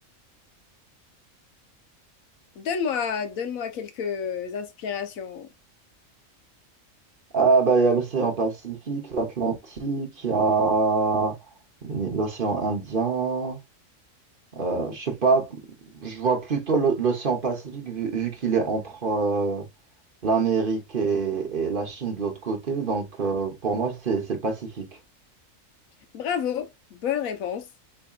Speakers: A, on the left; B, on the right.
A: Donne-moi, donne-moi quelques inspirations.
B: Ah bah il y a l'océan Pacifique, l'Atlantique, il y a l'océan Indien. Euh, je sais pas, je vois plutôt l'o- l'océan Pacifique vu, vu qu'il est entre euh, l'Amérique et, et la Chine de l'autre côté. Donc euh, pour moi c'est c'est le Pacifique.
A: Bravo, bonne réponse.